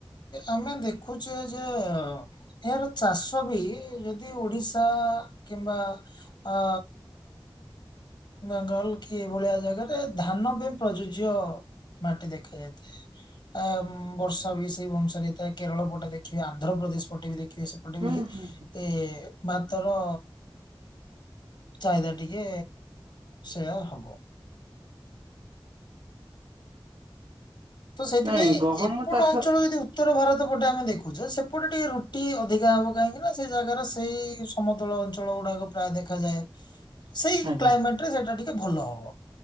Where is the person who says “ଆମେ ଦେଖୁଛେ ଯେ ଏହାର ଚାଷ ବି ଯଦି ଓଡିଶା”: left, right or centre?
Left